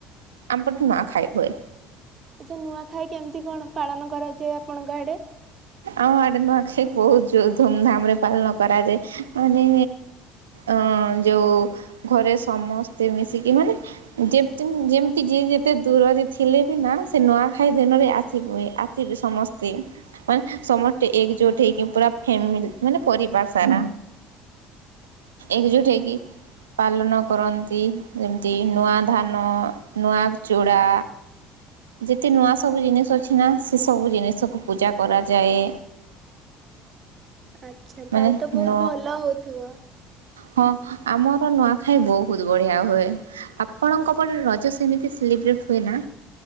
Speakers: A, on the right; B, on the right.
A: ଆମ ପଟେ ନୁଆ ଖାଇ ହୁଏ।
B: ଆଛା ନୂଆଖାଇ କେମିତି କଣ ପାଳନ କରାଯାଏ ଆପଣଙ୍କ ଏଡେ?
A: ଆମ ଆଡେ ନୂଆଖାଇ ବହୁତ ଧୁମଧାମ ରେ ପାଳନ କରାଯାଏ। ମାନେ ଅ ଯୋଉ ଘରେ ସମସ୍ତେ ମିଶିକି ମାନେ ଯେ ଯେମିତି ଯିଏ ଯେତେ ଦୂରରେ ଥିଲେ ବି ନା ସେ ନୂଆଖାଇ ଦିନରେ ଆସିବ ଆସିବି ସମସ୍ତେ। ମାନେ ସମସ୍ତେ ଏକଜୁଟ ହେଇକି ପୁରା ଫାମିଲି ମାନେ ପରିବାର ସାରା ଏକଜୁଟ ହେଇକି ପାଲନ କରନ୍ତି। ଯେମିତି ନୂଆ ଧାନ ନୂଆ ଚୁଡ଼ା ଯେତେ ନୂଆ ସବୁ ଜିନିଷ ଅଛି ନା ସେ ସବୁ ଜିନିଷକୁ ପୂଜା କରାଯାଏ।
B: ଆଛା
A: ମାନେ
B: ତାହେଲେ ତ ବହୁତ
A: ନ
B: ଭଲ ହଉଥିବ।
A: ହଁ ଆମର ନୂଆଖାଇ ବହୁତ ବଢିଆ ହୁଏ ଆପଣଙ୍କ ପରେ ରଜ ସେମିତି ସେଲିବ୍ରେଟ ହୁଏ ନା